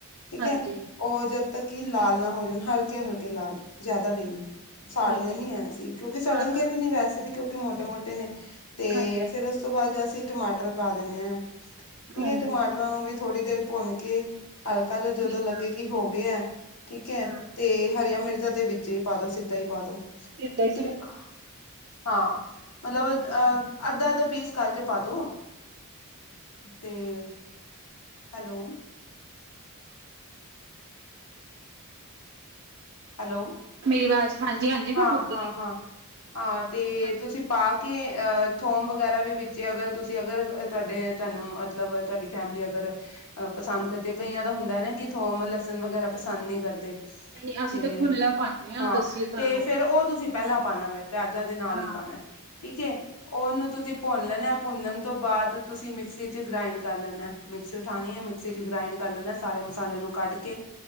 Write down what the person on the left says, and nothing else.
ਠੀਕ
ਐ ਓ ਜਦ- ਤਾਂ ਕੀ ਲਾਲ ਨਾ ਹੋ ਜਾਣ ਹਲਕੇ-ਹਲਕੇ ਲਾਲ ਜਿਆਦਾ ਵੀ ਨੀ, ਸਾੜਨੇ
ਨੀ ਐ ਅਸੀ। ਕਿ ਸੜਨਗੇ
ਵੀ ਨੀ ਵੈਸੇ ਵੀ ਕਿਉਂਕਿ ਮੋਟੇ-ਮੋਟੇ ਨੇ ਤੇ
ਫਿਰ ਉਸ ਤੋਂ ਬਾਅਦ- ਜੈਸੇ ਈ ਟਮਾਟਰ ਪਾ ਦਿੰਨੇ ਆ ਠੀਕ
ਐ ਟਮਾਟਰਾਂ ਨੂੰ ਵੀ ਥੋੜ੍ਹੀ ਦੇਰ ਭੁੰਨ ਕੇ- ਹਲਕਾ ਜੇਆ
ਜਦੋਂ ਲੱਗੇ
ਕਿ ਹੋ ਗਏ ਐ ਠੀਕ ਐ
ਤੇ ਹਰੀਆਂ ਮਿਰਚਾਂ ਦੇ ਵਿੱਚ- ਜੇ ਪਾ ਦੋ ਸਿੱਧਾ ਹੀ ਪਾ ਦੋ।
ਕਿ ਹ- ਹਾਂ। ਮਤਲਬ ਅਹ ਅੱਧਾ ਅੱਧਾ ਪੀਸ ਕਰਕੇ ਪਾ ਦੋ ਤੇ- ਹੈਲੋ। ਹੈਲੋ।
ਹਾਂ
ਹਾਂ
ਹਾਂ ਹਾਂ ਤੇ
ਤੁਸੀਂ ਪਾਕ- ਕਿ ਅਹ ਥੋਮ ਵਗੈਰਾ ਵੀ ਵਿੱਚ ਅਗਰ ਤੁਸੀਂ ਅਗਰ ਤੁਹਾਡੇ ਤੁਹਾਨੂੰ ਮਤਲਬ ਤੁਹਾਡੀ ਫੈਮਿਲੀ ਅਗਰ- ਅ ਪਸੰਦ ਕਰਦੇ ਕਈਆਂ ਦਾ ਹੁੰਦਾ ਨਾ ਕਿ ਥੋਮ ਲਸਣ ਵਗੈਰਾ ਪਸੰਦ ਨੀ ਕਰਦੇ-
ਤੇ
ਹਾਂ
ਤੇ ਫੇਰ ਉਹ ਤੁਸੀਂ ਪਹਿਲਾਂ ਪਾਣਾ ਵੈਂ ਪਿਆਜਾਂ ਦੇ ਨਾਲ
ਹੀ ਪਾਣਾ। ਠੀਕ ਏ ਉਹਨੂੰ ਤੁਸੀਂ ਭੁੰਨ ਲੈਣਾ- ਭੁੰਨਣ ਤੋਂ ਬਾਅਦ ਤੁਸੀਂ ਮਿਕਸੀ ਚ ਗ੍ਰਾਇੰਡ ਕਰ ਲੈਣਾ ਮਿਕਸੀ ਉਠਾਣੀ ਹੈ ਮਿਕਸੀ ਚ ਗ੍ਰਾਇੰਡ ਕਰ ਲੈਣਾ ਸਾਰੇ- ਮਸਾਲੇ ਨੂੰ ਕੱਢ ਕੇ